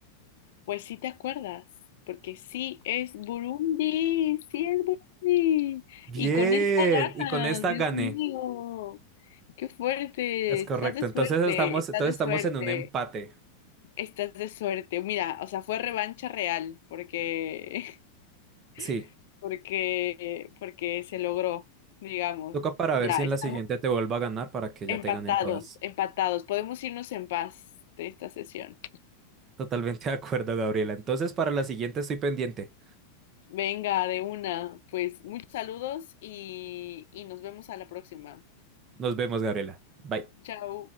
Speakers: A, on the left (about 70°); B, on the right (about 30°).
A: Pues sí te acuerdas, porque sí es Burundi, sí es Burundi.
B: Bien,
A: Y con esa gana,
B: y con esta
A: Dios
B: gané.
A: mío, qué fuerte,
B: Es
A: estás
B: correcto,
A: de
B: entonces
A: suerte,
B: estamos,
A: estás
B: entonces
A: de suerte,
B: estamos en un empate.
A: estás de suerte. Mira, o sea, fue revancha real, porque,
B: Sí,
A: <laughs> porque, porque se logró, digamos.
B: toca para
A: Ya,
B: ver si
A: estamos
B: en la siguiente te vuelvo a ganar para que
A: empatados,
B: ya te ganen todas.
A: empatados. Podemos irnos en paz de esta sesión.
B: Totalmente de acuerdo, Gabriela. Entonces, para la siguiente estoy pendiente.
A: Venga, de una. Pues muchos saludos y, y nos vemos a la próxima.
B: Nos vemos, Gabriela. Bye.
A: Chao.